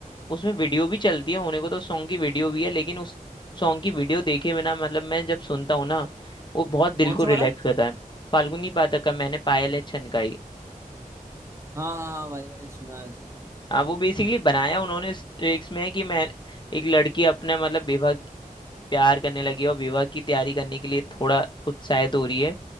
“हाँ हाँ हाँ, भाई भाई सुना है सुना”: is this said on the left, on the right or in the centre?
Right